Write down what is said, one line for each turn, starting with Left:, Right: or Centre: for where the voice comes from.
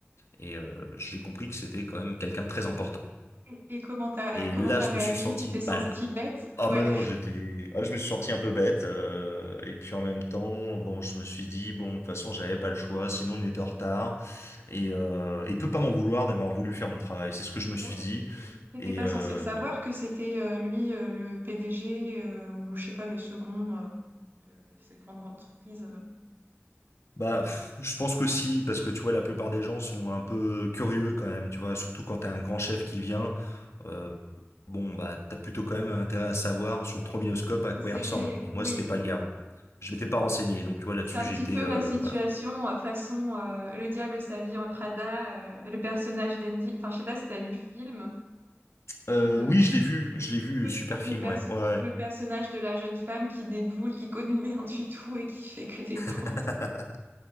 Left: Et euh, j'ai compris que c'était quand même quelqu'un de très important.
Right: Et, et comment t'as,
Left: Et
Right: comment
Left: là,
Right: t'as
Left: je
Right: réagi?
Left: me suis senti
Right: Tu t'es
Left: mal.
Right: sentie bête?
Left: Ah
Right: Ouais.
Left: mais non, j'étais, ah, je me suis senti un peu bête. euh, et puis en même temps, bon, je me suis dit bon, de toute façon, j'avais pas le choix, sinon on était en retard. Et euh, il peut pas m'en vouloir d'avoir voulu faire mon travail. C'est ce que je me
Right: Ah
Left: suis
Right: bon
Left: dit.
Right: T'étais
Left: Et
Right: pas
Left: euh,
Right: censé le savoir que c'était euh, lui euh, le PDG euh, ou je sais pas le second euh, de cette grande, grande entreprise. euh.
Left: Bah, pff, je pense que si, parce que tu vois, la plupart des gens sont un peu curieux quand même, tu vois, surtout quand t'as un grand chef qui vient, euh, bon, bah, t'as plutôt quand même intérêt à savoir sur le trombinoscope à quoi
Right: Enseigné,
Left: il ressemble. Et moi,
Right: oui,
Left: c'était pas le gars. Je m'étais pas renseigné, donc tu vois, là-dessus,
Right: c'est un
Left: j'ai
Right: petit
Left: été,
Right: peu
Left: euh,
Right: la situation
Left: voilà.
Right: euh, façon euh, Le diable s'habille en Prada, euh, le personnage d'Andy. Enfin, je sais pas si t'as vu le film.
Left: Euh,
Right: Le,
Left: oui, je l'ai vu, je l'ai vu,
Right: le,
Left: super film,
Right: le perso-
Left: ouais, ouais, ouais.
Right: le personnage de la jeune femme qui déboule, qui connaît rien du tout et qui fait que des bourdes.
Left: <laughs>